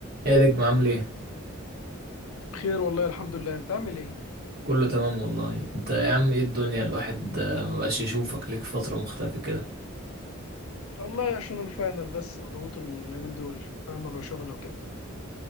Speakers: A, on the right; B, on the left.
A: ايه يا نجم عامل ايه؟
B: خير والله الحمد لله انت عامل ايه
A: كله تمام والله انت يا عم ايه الدنيا الواحد آه، مبقاش يشوفك ليك فترة مختفي كده
B: والله عشان الفاينل بس مضغوط اليومين دول فاينل وشغل وكده